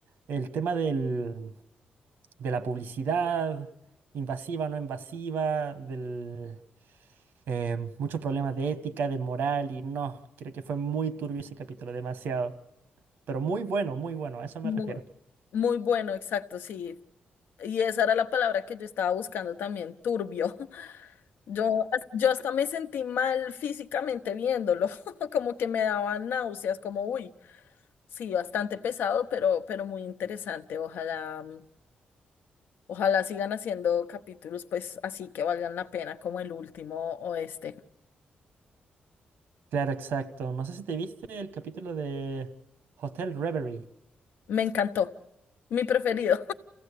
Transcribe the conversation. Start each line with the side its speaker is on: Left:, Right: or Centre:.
Right: el tema del de la publicidad, invasiva, no invasiva, del, em, muchos problemas de ética, de moral y no, creo que fue muy turbio ese capítulo, demasiado, pero muy bueno, muy bueno, a eso me
Left: Muy,
Right: refiero.
Left: muy bueno, exacto, sí. Y esa era la palabra que yo estaba buscando también, turbio. <laughs> Yo, as- yo hasta me sentí mal físicamente viéndolo, <laughs> como que me daban náuseas, como, uy. Sí, bastante pesado, pero, pero muy interesante. Ojalá, mm, ojalá sigan haciendo capítulos, pues así que valgan la pena, como el último o este.
Right: Claro, exacto. No sé si te viste el capítulo de Hotel Reverie.
Left: Me encantó, mi preferido.